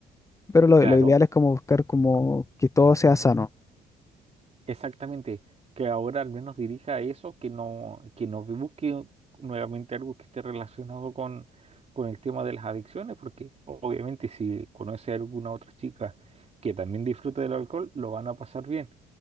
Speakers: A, on the left; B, on the right.
A: Pero lo,
B: Claro,
A: lo ideal es como buscar como que todo sea sano,
B: exactamente, que ahora al menos dirija a eso, que no, que no busque nuevamente algo que esté relacionado con, con el tema de las adicciones, porque obviamente si conoce a alguna otra chica que también disfruta del alcohol, lo van a pasar bien